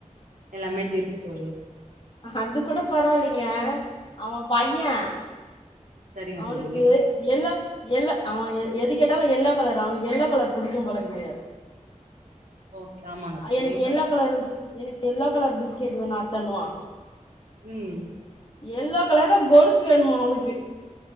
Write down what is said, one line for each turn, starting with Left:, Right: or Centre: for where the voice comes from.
Right: எல்லாமே இருக்கு தோழி
Left: அது கூட பரவாயில்லைங்க அவன் பையன்
Right: சரிங்க
Left: அவனுக்கு
Right: தோழி
Left: எல்லோ எல்லோ அவன் எ எது கேட்டாலும் எல்லோ கலர் அவனுக்கு எல்லோ கலர் பிடிக்கும் போல இக்குது
Right: ஓகே ஆமாங்க தோழி
Left: எனக்கு எல்லோ கலரு எனக்கு எல்லோ கலர் பிஸ்கெட் வேணு அத்தண்ணுவா
Right: ம்
Left: எல்லோ கலர் ல கோலுஸ் வேணுமா அவனுக்கு